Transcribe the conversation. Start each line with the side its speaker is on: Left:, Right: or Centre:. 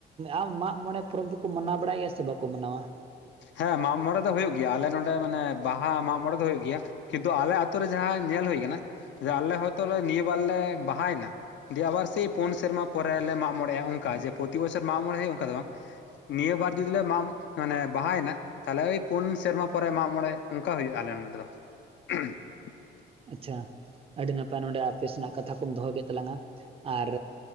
Right: ᱟᱢ ᱢᱟᱜ ᱢᱚᱬᱮ ᱯᱚᱨᱚᱵᱽ ᱫᱚᱠᱚ ᱢᱟᱱᱟᱣ ᱵᱟᱲᱟᱭᱟ ᱥᱮ ᱵᱟᱠᱚ ᱢᱟᱱᱟᱣᱟ?
Left: ᱦᱮᱸ ᱢᱟᱜᱽ ᱢᱚᱬᱮ ᱫᱚ ᱦᱩᱭᱩᱜ ᱜᱮᱭᱟ᱾ ᱟᱞᱮ ᱱᱚᱸᱰᱮ ᱢᱟᱱᱮ ᱵᱟᱦᱟ ᱢᱟᱜᱽ ᱢᱚᱬᱮ ᱫᱚ ᱦᱩᱭᱩᱜ ᱜᱮᱭᱟ। ᱠᱤᱱᱛᱩ ᱟᱞᱮ ᱟᱛᱩ ᱨᱮ ᱡᱟᱦᱟᱸ ᱧᱮᱞ ᱦᱩᱭ ᱠᱟᱱᱟ ᱡᱮ ᱟᱞᱮ ᱦᱚᱭᱛᱳ ᱱᱤᱭᱟᱹ ᱵᱟᱨ ᱞᱮ ᱵᱟᱦᱟᱭᱮᱱᱟ᱾ ᱫᱮᱭᱮ ᱟᱵᱟᱨ ᱥᱮᱭ ᱯᱩᱱ ᱥᱮᱨᱢᱟ ᱯᱚᱨᱮ ᱞᱮ ᱢᱟᱜ ᱢᱚᱬᱮᱜᱼᱟ ᱚᱱᱠᱟ ᱡᱮ ᱯᱨᱚᱛᱤ ᱵᱚᱪᱷᱚᱨ ᱢᱟᱜ ᱢᱚᱬᱮ ᱦᱩᱭᱩᱜ ᱚᱱᱠᱟ ᱫᱚ ᱵᱟᱝ। ᱱᱤᱭᱟᱹ ᱵᱟᱨ ᱡᱚᱫᱤ ᱢᱟᱢ ᱢᱟᱱᱮ ᱼᱼ ᱵᱟᱦᱟᱭᱮᱱᱟ ᱛᱟᱦᱚᱞᱮ ᱳᱭ ᱯᱩᱱ ᱥᱮᱨᱢᱟ ᱯᱚᱨᱮ ᱢᱟᱜ ᱢᱚᱬᱮ ᱚᱱᱠᱟ ᱦᱩᱭᱩᱜᱼᱟ ᱟᱞᱮ ᱱᱚᱸᱰᱮ ᱫᱚ। <unintelligible>
Right: ᱟᱪᱪᱷᱟ ᱟᱹᱰᱤ ᱱᱟᱯᱟᱭ ᱱᱚᱰᱮ ᱟᱯᱮ ᱥᱮᱱᱟᱜ ᱠᱟᱛᱷᱟ ᱠᱚᱢ ᱫᱚᱦᱚ ᱠᱮᱫ ᱛᱟᱞᱟᱝᱟ। ᱟᱨ